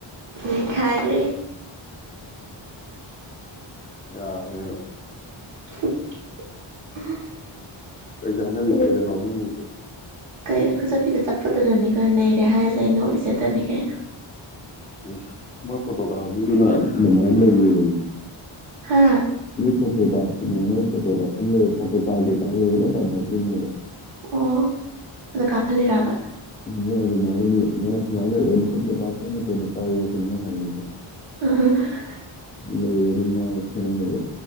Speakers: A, on the right; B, on the left.
A: ꯅꯩꯈꯥꯏꯒ꯭ꯔꯦ
B: ꯌꯥꯕꯅꯦ ꯑꯗꯨꯝ
A: ꯎ ꯍꯝ
B: ꯀꯩ ꯆꯥꯟꯅꯔꯤꯒꯦ ꯅꯣꯛꯅꯤꯡꯉꯤꯖꯦ
A: ꯀꯩꯅꯣ ꯅꯪ ꯈꯨꯖꯞꯄꯤꯒ ꯆꯞꯄꯗꯨꯗꯅꯤ ꯀꯩꯅꯣ ꯅꯩꯔꯦ ꯍꯥꯏꯖ- ꯀꯩꯅꯣ ꯏꯁ ꯁꯦꯠꯇꯠꯂꯤ ꯀꯩꯅꯣ
B: ꯏꯁ ꯃꯣꯏ ꯐꯣꯇꯣꯀꯥꯄ ꯃꯤꯗꯨꯅ ꯑꯗꯨꯃꯥꯏꯅ ꯂꯩꯌꯣꯌꯦ
A: ꯍꯥ
B: ꯃꯣꯏ ꯐꯣꯇꯣ ꯀꯥꯞ- ꯑꯗꯨꯗ ꯃꯣꯏ ꯐꯣꯇꯣ ꯀꯥꯞꯐꯝ ꯂꯩ ꯐꯣꯇꯣ ꯀꯥꯞꯀꯦ ꯀꯥꯞꯀꯦꯅ ꯀꯣꯏꯇꯥꯟ ꯇꯥꯟꯅꯔꯛꯇꯣꯏꯅꯦꯕ
A: ꯑꯣ ꯑꯗ ꯀꯥꯞꯐꯜꯂꯤꯔꯥꯕ
B: ꯃꯣꯏ ꯑꯗꯨꯃꯥꯏꯅꯅꯦ ꯅꯣꯏ ꯁꯨꯃꯥꯏꯅ ꯂꯩꯔꯣ ꯅꯈꯨꯠ ꯅꯀꯣ ꯇꯥꯖ ꯃꯍꯜ ꯃꯇꯣꯟꯗꯣ ꯄꯥꯏꯔꯣ ꯁꯤꯅꯤ ꯃꯣꯏ ꯍꯥꯏꯗꯣꯏꯁꯦ
A: ꯑ
B: ꯂꯩ ꯑꯗꯨ ꯃꯥꯁꯨ ꯌꯥꯝꯅꯒ